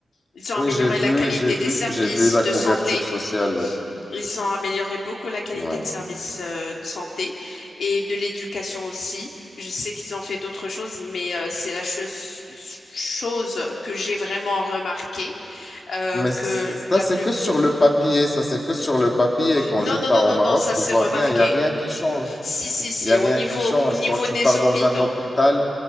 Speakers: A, on the left; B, on the left.
A: ils ont
B: Oui,
A: amélioré
B: j'ai vu,
A: la qualité
B: j'ai vu,
A: des services
B: j'ai vu la
A: de
B: couverture
A: santé.
B: sociale, oui.
A: Ils ont amélioré beaucoup la qualité
B: Oui.
A: de service euh, de santé et de l'éducation aussi. Je sais qu'ils ont fait d'autres choses, mais euh, c'est la chose, chose que j'ai vraiment remarqué euh,
B: Mais ça,
A: que la
B: c'est
A: plus...
B: que sur le papier, ça, c'est que sur le papier. Quand
A: Non,
B: je
A: non,
B: pars
A: non, non,
B: au Maroc,
A: non, ça
B: je
A: c'est
B: ne vois
A: remarqué.
B: rien, il n'y a rien qui change.
A: Si, si, si,
B: Il n'y a rien
A: au niveau,
B: qui change.
A: au niveau
B: Quand tu
A: des
B: pars
A: hôpitaux.
B: dans un hôpital,